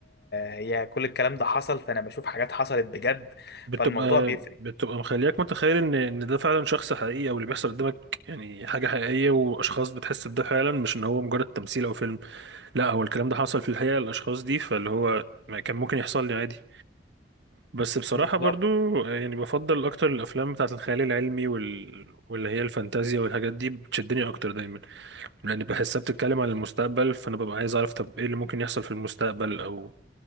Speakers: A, on the left; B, on the right.
A: هي كل الكلام ده حصل فانا بشوف حاجات حصلت بجد
B: بتبقى
A: فالموضوع بيفرق
B: بتبقى مخلياك متخيل ان ان ده فعلا شخص حقيقي او اللي بيحصل قدامك يعني حاجه حقيقيه واشخاص بتحس بده فعلا مش ان هو مجرد تمثيل او فيلم لا هو الكلام ده حصل في الحقيقه للاشخاص دي فاللي هو ما كان ممكن يحصل لي عادي بس بصراحه
A: بالظبط
B: برضو يعني بفضل اكتر الافلام بتاعه الخيال العلمي وال... واللي هي الفانتازيا والحاجات دي بتشدني اكتر دايما لان بحسها بتتكلم عن المستقبل فانا ببقى عايز اعرف طب ايه اللي ممكن يحصل في المستقبل او